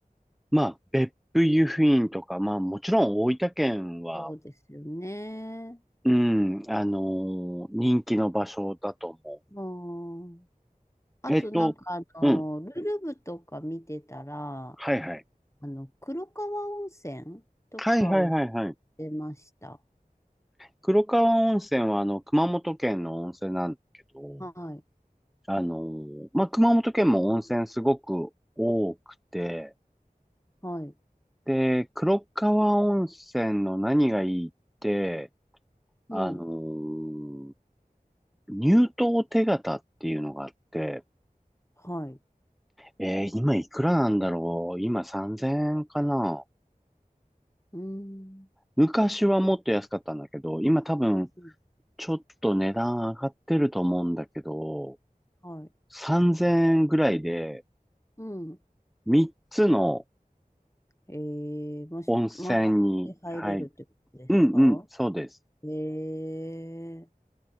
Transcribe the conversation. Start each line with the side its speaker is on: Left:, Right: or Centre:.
Centre: う。まあ、別府湯布院とか、まあ、もちろん大分県は、
Left: そうですよね。
Centre: うん、あのー人気の場所だと思
Left: うん。あとなんかあの、
Centre: う。えっと、うん。
Left: ルルブとか見てたら、
Centre: はいはい。
Left: あの、黒川温泉とかを
Centre: はいはいはいはい。
Left: 出ました。
Centre: 黒川温泉は、あの、熊本県の温泉なんだけど、
Left: はい、
Centre: あのーまあ、熊本県も温泉すごく多くて、
Left: はい、
Centre: で、黒川温泉の何がいいって、あのー
Left: うん、
Centre: 入党手形っていうのがあって、
Left: はい、
Centre: えー、今いくらなんだろう今3000円かな
Left: うーん、
Centre: 昔はもっと安かったんだけど、今多分
Left: うん
Centre: ちょっと値段上がってると思うんだけど、
Left: はい、
Centre: 3000円ぐらいで
Left: うん。
Centre: 3つの
Left: えー、もし、
Centre: 温泉に、
Left: 回って入れるってことですか
Centre: はい、うんうん、そうです。
Left: えー、